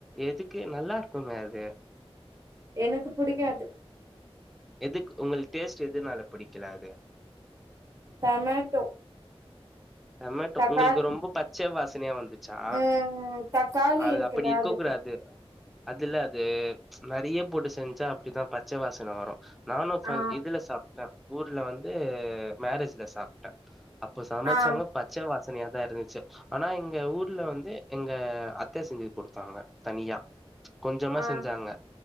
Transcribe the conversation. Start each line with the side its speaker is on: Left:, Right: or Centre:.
Centre: எதுக்கு நல்லா இருக்குமே அது
Right: எனக்கு புடிக்காது
Centre: எதுக்கு உங்களுக்கு டேஸ்ட் எதுனால பிடிக்கல அது
Right: டமேட்டோ
Centre: டமேட்டோ
Right: தக்காளி
Centre: உங்களுக்கு ரொம்ப பச்ச வாசனையா வந்துச் ச்சா
Right: ம் தக்காளி
Centre: அது
Right: இருக்குல்ல
Centre: அப்பிடி இருக்க
Right: அதுக்கு
Centre: கூடாது அதுல அது நெறைய போட்டு செஞ்சா அப்டித்தா பச்ச வாசன வரு நானு ஃபங்
Right: ஆ
Centre: இதுல சாப்ட்டே ஊர்ல வந்து மேரேஜ்ல சாப்ட்டே அப்போ சமைச்சாங்க
Right: ஆ
Centre: பச்ச வாசனயா தா இருந்துச்சு ஆனா எங்க ஊர்ல வந்து எங்க அத்தே செஞ்சு குடுத்தாங்க தனியா கொஞ்சமா
Right: ஆ
Centre: செஞ்சாங்க